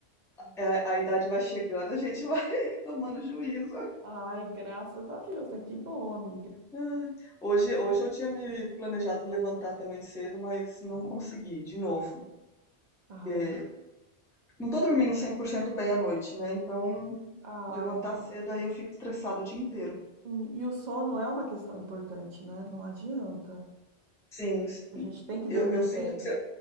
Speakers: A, in the centre; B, on the right.
A: é, a idade vai chegando, a gente vai <laughs> tomando juízo.
B: Ai, graças a Deus, né? Que bom, amiga.
A: Ai, Hoje, hoje eu tinha me planejado levantar também cedo, mas não consegui, de novo.
B: Ai,
A: É,
B: amiga.
A: não tô dormindo 100% bem à noite, né? Então,
B: Ai.
A: levantar cedo aí eu fico estressado o dia inteiro.
B: E, e o sono é uma questão importante, né? Não adianta.
A: Sim, s-
B: A gente tem que
A: eu,
B: dormir
A: eu
B: bem.
A: sinto que se eu,